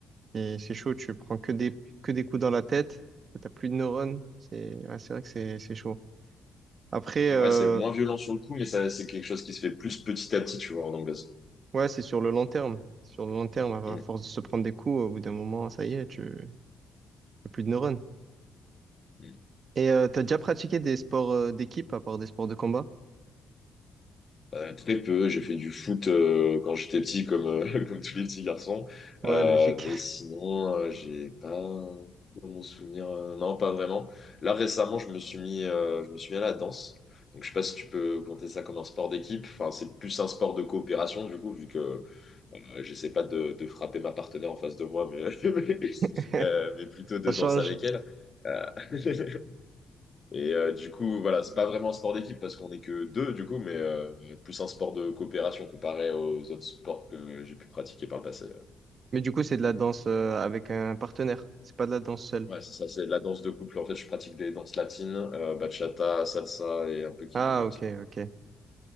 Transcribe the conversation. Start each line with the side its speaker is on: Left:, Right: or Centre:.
Right: c'est c'est chaud. Tu prends que des que des coups dans la tête. T'as plus de neurones. C'est ouais, c'est vrai que c'est c'est chaud. Après,
Left: Et puis
Right: euh,
Left: ouais, c'est moins violent sur le coup, mais ça, c'est quelque chose qui se fait plus petit à petit, tu vois, en anglaise.
Right: ouais, c'est sur le long terme. Sur le long terme, à
Left: Mm.
Right: force de se prendre des coups, au bout d'un moment, ça y est, tu t'as plus de neurones.
Left: Mm.
Right: Et euh, t'as déjà pratiqué des sports euh, d'équipe à part des sports de combat?
Left: Euh, très peu. J'ai fait du foot euh, quand j'étais petit, comme, euh, <laughs> comme tous les petits garçons.
Right: Ouais,
Left: Euh,
Right: logique.
Left: mais sinon, euh, j'ai pas dans mon souvenir. euh, non, pas vraiment. Là, récemment, je me suis mis, euh, je me suis mis à la danse. Donc, je sais pas si tu peux compter ça comme un sport d'équipe. Enfin, c'est plus un sport de coopération, du coup, vu que euh, j'essaie pas de, de frapper ma partenaire en face de moi, mais, <laughs>
Right: <laughs>
Left: euh, mais plutôt de
Right: Ça
Left: danser
Right: change.
Left: avec elle. Euh, <laughs> Et euh, du coup, voilà, c'est pas vraiment un sport d'équipe parce qu'on est que deux, du coup, mais euh, plus un sport de coopération comparé aux autres sports que j'ai pu pratiquer par le passé.
Right: Mais du coup, c'est de la danse euh, avec un partenaire. C'est pas de la danse seule.
Left: Ouais, c'est ça, c'est la danse de couple. En fait, je pratique des danses latines, euh, bachata, salsa et un peu kizomba
Right: Ah, ok,
Left: aussi.
Right: ok,